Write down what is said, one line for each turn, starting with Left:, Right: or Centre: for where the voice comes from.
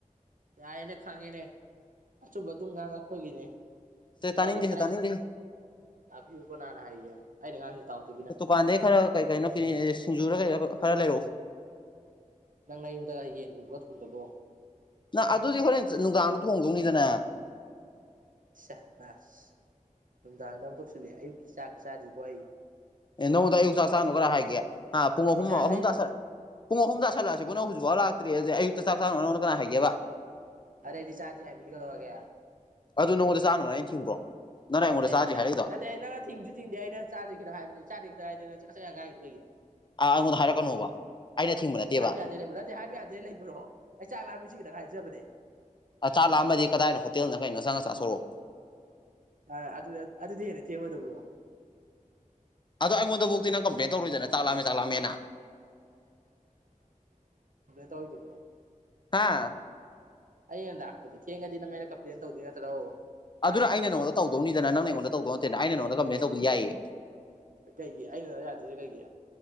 Right: ꯌꯥꯏꯅ ꯈꯪꯉꯦꯅꯦ ꯑꯆꯨꯝꯕ ꯑꯗꯨꯝ ꯉꯥꯡꯉꯛꯄꯒꯤꯅꯦ
Left: ꯁꯤ
Right: ꯅꯪ
Left: ꯇꯥꯅꯤꯒꯦꯍꯦ
Right: ꯉꯁꯥꯏ
Left: ꯇꯥꯅꯤꯒꯦ
Right: ꯇꯥꯕꯤꯌꯨ ꯀꯅꯥꯅ ꯍꯥꯏꯒꯦ ꯑꯩꯅ ꯉꯥꯡꯉꯤꯁꯤ ꯇꯥꯎ ꯇꯨꯃꯤꯟꯅ
Left: ꯗꯨꯀꯥꯟꯗꯩ ꯈꯔ ꯀꯩ ꯀꯩꯅꯣ ꯀꯤꯅꯤ ꯁꯤꯡꯖꯨꯔ ꯀꯩꯔꯥꯕ ꯈꯔ ꯂꯩꯔꯛꯎ
Right: ꯅꯪ ꯅꯌꯨꯝꯗ ꯌꯦꯟꯒꯨꯝꯕꯒ ꯊ‌ꯣꯡꯗꯕ꯭ꯔꯣ
Left: ꯅ ꯑꯗꯨꯗꯤ ꯍꯣꯔꯦꯟ ꯆ ꯅꯨꯡꯗꯥꯡꯗ ꯊꯣꯡꯗꯧꯅꯤꯗꯅ
Right: ꯁꯤꯌꯥ ꯕꯁ ꯅꯨꯡꯗꯥꯡꯗ ꯑꯃꯨꯛ ꯇꯧꯁꯤꯜꯂꯛꯑꯦ ꯑꯌꯨꯛꯀꯤ ꯆꯥꯛꯀ ꯆꯥꯗ꯭ꯔꯤꯀꯣ ꯑꯩ
Left: ꯑꯦ ꯅꯉꯣꯟꯗ ꯑꯌꯨꯛ ꯆꯥꯛ ꯆꯥꯅꯣ ꯀꯅꯥ ꯍꯥꯏꯒꯦ ꯍꯥ ꯄꯨꯡ ꯑꯍꯨꯝ
Right: ꯑꯩ ꯆꯥ
Left: ꯑꯍꯨꯝ
Right: ꯑꯩ
Left: ꯇ ꯄꯨꯡ ꯑꯍꯨꯝ ꯇꯥꯁꯜ ꯂꯛꯑꯁꯤ ꯕꯨ ꯅꯪ ꯍꯧꯖꯤꯛꯐꯥꯎ ꯂꯥꯛꯇ꯭ꯔꯤ ꯑꯗꯤ ꯑꯌꯨꯛꯇ ꯆꯥꯛꯅ‌ꯣ ꯀꯅꯥ ꯍꯥꯏꯒꯦꯕ
Right: ꯑꯔꯦꯗꯤ ꯆꯥꯖ‌ꯦ ꯍꯥꯏꯕꯅꯤ ꯀꯩꯗꯧꯔꯒꯦ
Left: ꯑꯗ‌ꯣ ꯅꯪꯉꯣꯟꯗ ꯆꯥꯅꯨꯅ ꯑꯩꯅ ꯊꯤꯡꯕ꯭ꯔꯣ ꯅꯪꯅ ꯑꯩꯉꯣꯟꯗ
Right: ꯑꯗꯩꯗꯤ
Left: ꯆꯥꯗ꯭ꯔꯤ
Right: ꯆꯥꯔꯦ
Left: ꯍꯥꯏꯔꯛꯏꯗꯣ
Right: ꯅꯠꯇꯦ ꯑꯩ ꯅꯪꯅ ꯊꯤꯡꯁꯨ ꯊꯤꯡꯗ‌ꯦ ꯑꯩꯅ ꯆꯥꯗꯔꯤ ꯈꯤꯇꯪ ꯍꯥꯏꯕꯅꯤ ꯆꯥꯗꯔꯤ ꯈꯤꯇꯪ ꯍꯥꯏꯗ ꯅ‌ꯪ ꯆꯥꯒꯠ ꯆꯥꯒꯠ ꯌꯥꯝ ꯉꯥꯡꯉꯤꯗꯨ ꯀꯩꯒꯤꯅꯣ
Left: ꯑ ꯑꯩꯉꯣꯟꯗ ꯍꯥꯏꯔꯛꯀꯅꯣꯕ ꯑꯩꯅ ꯊꯤꯡꯕ ꯅꯠꯇꯦꯕ
Right: ꯍꯥꯏꯕ ꯌꯥꯗꯦ ꯂꯩꯕꯔꯣ ꯅꯠꯇ‌ꯦ ꯍꯥꯏꯕ ꯌꯥꯗꯦ ꯂꯩꯕꯔꯣ ꯑꯩ ꯆꯥꯛ ꯂꯥꯝꯃꯤ ꯁꯤ ꯈꯤꯇꯪ ꯍꯥꯏꯖꯕꯅꯦ
Left: ꯑ ꯆꯥꯛ ꯂꯥꯝꯃꯗꯤ ꯀꯗꯥꯏꯅꯣ ꯍꯣꯇꯦꯜꯅ ꯀꯩꯅꯣ ꯆꯪꯉ ꯆꯥꯊꯣꯔꯛꯑꯣ
Right: ꯑ ꯑꯗꯨ ꯑꯗꯨꯗꯤ ꯍ‌ꯦꯟꯅ ꯊ‌ꯦꯡꯉ‌ꯣꯏꯗꯕꯔ‌ꯣ
Left: ꯑꯗ‌ꯣ ꯑꯩꯉꯣꯟꯗꯕꯥꯎꯗꯤ ꯀꯝ꯭ꯄꯂꯦꯟ ꯇꯧꯔ‌ꯣꯏꯗꯅ ꯆꯥꯛ ꯂꯥꯝꯃꯤ ꯆꯥꯛ ꯃꯦꯅ
Right: ꯇꯧ ꯑꯣꯏꯗꯕꯣ
Left: ꯍꯥꯥ
Right: ꯑꯩ ꯂꯥꯛꯄꯗ‌ꯣ ꯊꯦꯡꯉꯗꯤ ꯅꯪꯪ ꯑꯩꯅ ꯀꯝꯄꯂ‌ꯦꯟ ꯇꯧꯗꯨꯏ ꯅꯠꯇ꯭ꯔꯣ
Left: ꯑꯗꯨꯅ
Right: ꯑꯥ
Left: ꯑꯩꯅ ꯅꯪꯉꯣꯟꯗ ꯇꯧꯗꯧꯅꯤꯗꯅ ꯅꯪꯅ ꯑꯩꯉꯣꯟꯗ ꯇꯧꯗꯧ ꯅꯠꯇꯦꯅ ꯑꯩꯅ ꯅꯪꯉꯣꯟꯗ ꯀꯝꯄ꯭ꯂꯦꯟ ꯇꯧꯕꯗꯤ ꯌꯥꯏꯌꯦ
Right: ꯀꯩꯒꯤ ꯑꯩꯅ ꯌꯥꯗꯔꯤꯁꯤꯅꯥ ꯀꯩꯒꯤ